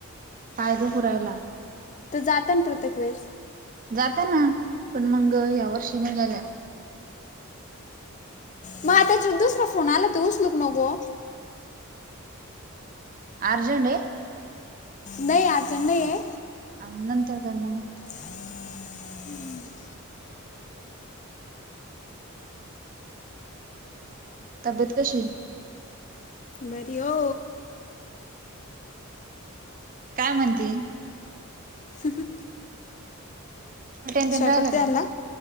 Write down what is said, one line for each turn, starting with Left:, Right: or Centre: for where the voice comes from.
Right: कायदो पुरायला
Left: तर जाता ना प्रत्येक वेळेस
Right: जाता ना पण मग या वर्षीने गेल्या
Left: म त्याच्या दुसर फोन आला त उसलुक नको
Right: अर्जंड आहे.
Left: नाही अर्जंट नाही आहे.
Right: आणि नंतर कर ना मग
Left: <inaudible>
Right: तब्येत कशी ये?
Left: बरी वो
Right: काय म्हणती?
Left: हम्म
Right: उलट्यान
Left: स्वयंपाक
Right: ते राहिल का,
Left: आणला